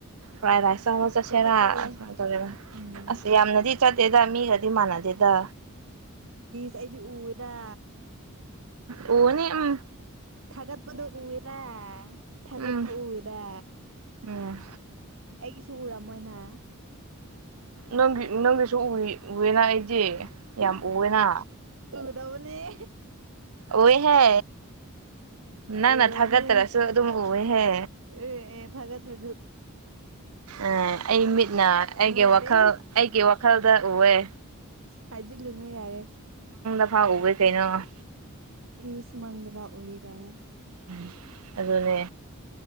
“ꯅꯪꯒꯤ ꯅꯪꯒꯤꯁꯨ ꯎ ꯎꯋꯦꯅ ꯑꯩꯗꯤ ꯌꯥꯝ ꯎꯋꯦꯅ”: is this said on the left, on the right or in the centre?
Right